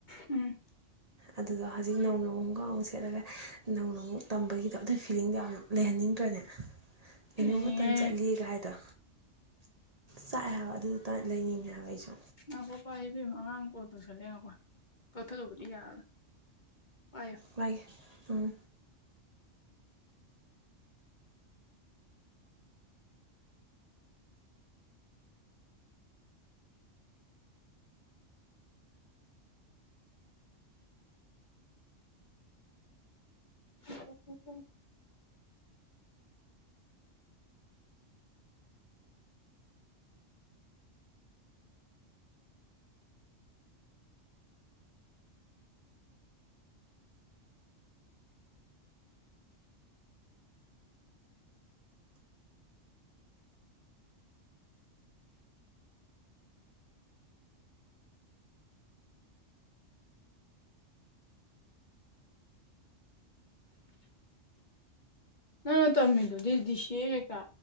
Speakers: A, on the left (about 40°); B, on the right (about 35°).
A: ꯎꯝ
B: ꯑꯗꯨꯗꯣ ꯍꯧꯖꯤꯛ ꯅꯧꯅꯨꯛ ꯑꯃꯨꯛꯀ ꯑꯃꯨꯛ ꯁꯦꯠꯂꯒ ꯅꯧꯅ ꯑꯃꯨꯛ ꯇꯝꯕꯒꯤꯗꯣ ꯑꯗꯨꯒꯤ ꯐꯤꯂꯤꯡꯗꯣ ꯌꯥꯝ ꯂꯩꯍꯟꯅꯤꯡꯉꯦ ꯈꯪꯗ꯭ꯔꯅꯦ ꯀꯩꯅꯣ
A: ꯌꯦꯡꯅꯤꯡꯉꯦ
B: ꯃꯇꯝ ꯆꯠꯂꯤ ꯥꯏꯗꯣ ꯆꯥꯛꯑꯦ ꯍꯥꯏꯕ ꯑꯗꯨꯗꯨ ꯂꯩꯅꯤꯡꯉꯦ ꯍꯥꯏꯕ ꯑꯩꯁꯨ
A: ꯅ ꯄꯣꯄ ꯏꯕꯤ ꯍꯥꯡ ꯀꯣꯠꯇ ꯆꯂ ꯀ ꯀꯊ ꯂꯨꯕꯗꯤ ꯌꯥꯔ ꯄꯣ
B: ꯃꯥꯒꯤ ꯎꯝ
A: ꯑꯣ ꯑ ꯇꯃꯤꯗꯨꯗꯤꯗꯤꯁꯤꯦ ꯀꯥ